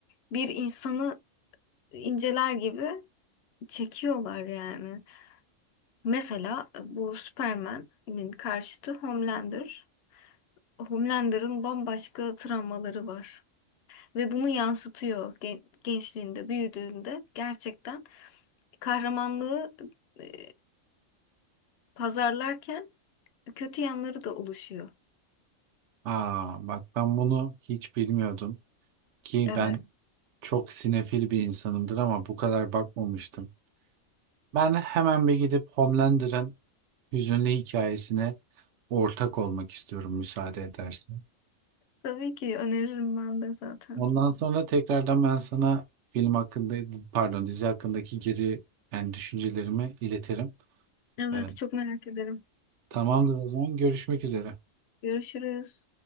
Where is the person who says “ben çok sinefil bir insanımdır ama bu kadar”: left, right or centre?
Right